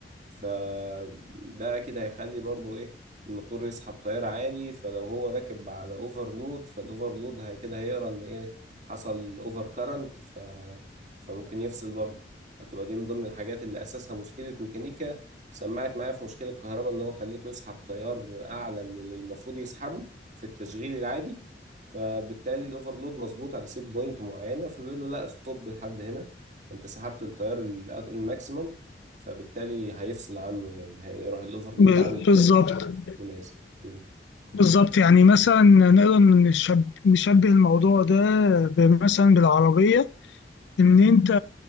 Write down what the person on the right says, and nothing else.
فده أكيد هيخلي برضو إيه الموتور يسحب تيار عالي فلو هو راكب على اوفرلود فالاوفرلود هي كده هيقرا ان ايه حصل اوفر كارنت ف... فممكن يفصل برضه هتبقى دي من ضمن الحاجات اللي اساسها مشكلة ميكانيكا سمعت معايا في مشكلة كهرباء ان هو خليته يسحب تيار اعلى من اللي المفروض يسحبه في التشغيل العادي فبالتالي الاوفرلود مظبوط على سيت بوينت معينة فبيقول له لا ستوب لحد هنا انت سحبت التيار ال- الماكسيمم فبالتالي هيفصل عنه يعني هيروح الاوفرلود
عامل تريب
منازل مم.